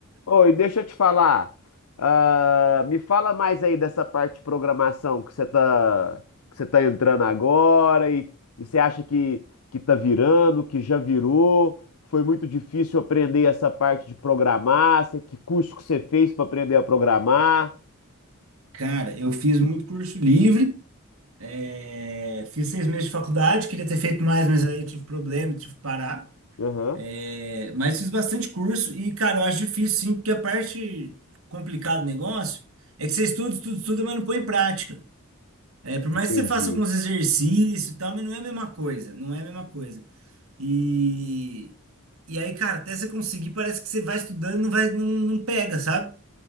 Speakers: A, on the left; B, on the right.
A: Oi, deixa eu te falar. ah, me fala mais aí dessa parte de programação que você tá, que você tá entrando agora e, e você acha que, que tá virando, que já virou. Foi muito difícil aprender essa parte de programar. Você- Que curso que você fez para aprender a programar?
B: <laughs> Cara, eu fiz muito curso livre, é, fiz seis meses de faculdade, queria ter feito mais, mas aí tive problema, tive que parar.
A: Aham,
B: É, mas fiz bastante curso e, cara, eu acho difícil sim, porque a parte complicada do negócio é que você estuda, estuda, estuda, mas não põe em prática. É, por mais
A: entendi.
B: que você faça alguns exercícios e tal, mas não é a mesma coisa, não é a mesma coisa. E, e aí, cara, até você conseguir, parece que você vai estudando e não vai, não, não pega, sabe?